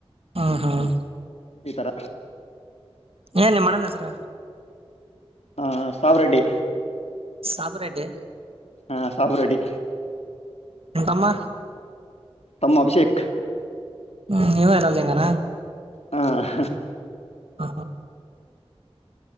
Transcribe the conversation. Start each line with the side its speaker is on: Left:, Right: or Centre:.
Right: ಹ್ಮ್ಮ್ ಹ್ಮ್ಮ್.
Left: ಈ ತರ.
Right: ಏ ನಿಮ್ಮಣ್ಣನ ಹೆಸರ.
Left: ಹ್ಮ್ಮ್ ಹ್ಮ್ಮ್ ಸಾವರೆಡ್ಡಿ.
Right: ಸಾಬರೆೆಡ್ಡಿ.
Left: ಹ್ಮ್ಮ್ ಸಾಬರೆಡ್ಡಿ.
Right: ನಿಮ್ಮ ತಮ್ಮ.
Left: ತಮ್ಮ ಅಭಿಷೇಕ್.
Right: ಹ್ಮ್ ನೀವ ಎಲ್ಲಂಗನ.
Left: ಹ್ಮ್ಮ್.
Right: ಹಾ ಹಾ